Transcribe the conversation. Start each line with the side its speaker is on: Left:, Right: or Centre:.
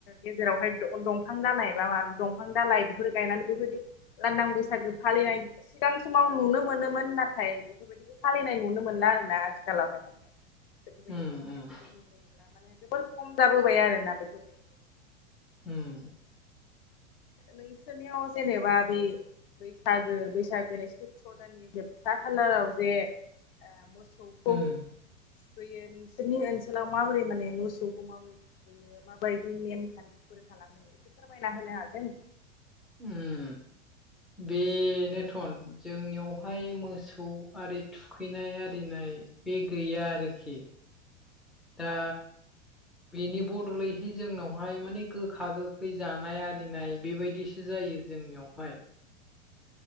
Left: गेजेरावहाय दंफां दालाइ बा मा दंफां दालाइ बेफोरो गायनानै बेबायदि लांदां बैसागो फालिनाय सिगां समाव नुनो मोनो मोन नाथाय बेफोरबायदिखौ फालिनाय नुनो मोनला आरो ना आथिखालावहाय <inaudible> बेफोरबायदि
Centre: उम
Left: मोसानायखौ
Centre: उम
Left: नुनो मोनला माने जोबोर खम जाबोबाय आरोना बेफोरबाय
Centre: उम
Left: नोंसोरनियाव जेनेबा बै बैसागो बैसागोनि सैत्र' दाननि जोबथा खालाराव जे ओ मोसौ मोसौखौ
Centre: उम
Left: फैयो नोंसोरनि ओनसोलाव माबोरै माने मोसौखौ माबोरै बियो माबायदि नेमखान्थिफोर खालामो एसे फोरमायना होनो हागोन?
Centre: उम बेनोथन जोंनियावहाय मोसौ आरि थुखैनाय आरिनाय बे गैया आरोखि। दा बेनि बदलैहाय जोंनावहाय माने गोखा गोखै जानाय आरिनाय बेबायदि जायो जोंनियावहाय